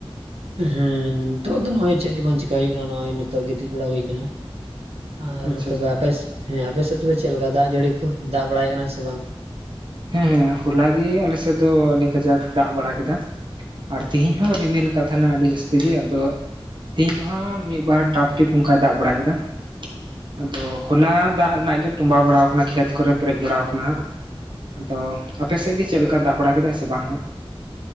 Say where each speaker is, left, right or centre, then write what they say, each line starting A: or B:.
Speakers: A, on the right; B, on the right.
A: ᱦᱮᱸ ᱱᱤᱛᱚᱜ ᱫᱚ ᱱᱚᱜᱚᱭ ᱪᱮᱫ ᱜᱮ ᱵᱟᱝ ᱪᱮᱤᱠᱟ ᱦᱩᱭᱩᱜ ᱠᱟᱱᱟ ᱱᱚᱜᱼᱚᱭ ᱱᱤᱛᱚᱜ ᱜᱤᱛᱤᱡ ᱵᱟᱲᱟ ᱦᱩᱭ ᱠᱟᱱᱟ᱾ ᱟᱨ
B: ᱟᱪᱪᱷᱟ
A: ᱛᱚᱵᱮ
B: ᱟᱪᱪᱷᱟ
A: ᱟᱯᱮᱥ ᱦᱮᱸ ᱟᱯᱮᱥᱮᱫ ᱛᱚᱵᱮ ᱪᱮᱞ ᱠᱟ ᱫᱟᱜ ᱡᱟᱹᱲᱤ ᱠᱚ ᱫᱟᱜ ᱵᱟᱲᱟᱭᱮ ᱠᱟᱱᱟᱭ ᱥᱮ ᱵᱟᱝ?
B: ᱦᱮᱸ ᱦᱚᱞᱟᱜᱮ ᱟᱞᱮᱥᱮ ᱫᱚ ᱟᱹᱰᱤ ᱠᱟᱡᱟᱠ ᱫᱟᱜ ᱵᱟᱲᱟ ᱠᱮᱫᱟ᱾ ᱟᱨ ᱛᱮᱦᱤᱧ ᱦᱚᱸ ᱨᱤᱢᱤᱞ ᱟᱠᱟᱫ ᱛᱟᱦᱮᱱᱟ ᱟᱹᱰᱤ ᱡᱟᱹᱥᱛᱤ ᱜᱮ ᱟᱫᱚ ᱛᱮᱦᱤᱧ ᱫᱚ ᱦᱟᱸᱜ᱾ ᱢᱤᱫ ᱵᱟᱨ ᱴᱟᱯ ᱴᱤᱯ ᱚᱱᱠᱟᱭ ᱫᱟᱜ ᱵᱟᱲᱟ ᱠᱮᱫᱟ ᱟᱫᱚ ᱦᱚᱞᱟ ᱫᱟᱜ ᱨᱮᱱᱟᱜ ᱜᱮ᱾ ᱴᱚᱸᱢᱵᱟ ᱵᱟᱲᱟᱣ ᱟᱠᱟᱱᱟ ᱠᱷᱮᱛ ᱠᱚᱨᱮ ᱯᱮᱨᱮᱡ ᱵᱟᱲᱟᱣ ᱟᱠᱟᱱᱟ ᱦᱟᱜ ᱟᱫᱚ᱾ ᱟᱯᱮᱥᱮᱡ ᱜᱮ ᱪᱮᱞ ᱠᱟ ᱫᱟᱜ ᱵᱟᱲᱟ ᱠᱮᱫᱟ ᱥᱮ ᱵᱟᱝ ᱦᱟᱜ?